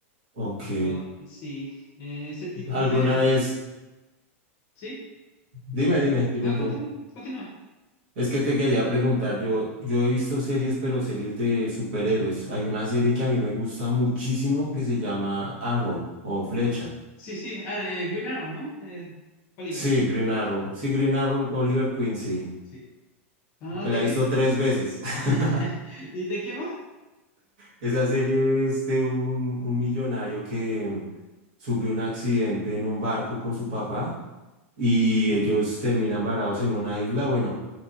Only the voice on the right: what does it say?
Ok.
¿Alguna
vez?
Dime, dime, dime
tú.
Es que te quería preguntar, yo, yo he visto series, pero series de superhéroes. Hay una serie que a mí me gusta muchísimo que se llama Arrow o Flecha.
Sí, Green Arrow. Sí, Green Arrow, Oliver Queen, sí.
Me
la he
visto tres veces. <laughs>
Esa serie es de un, un millonario que sufrió un accidente en un barco con su papá y
ellos terminan varados en una isla. Bueno,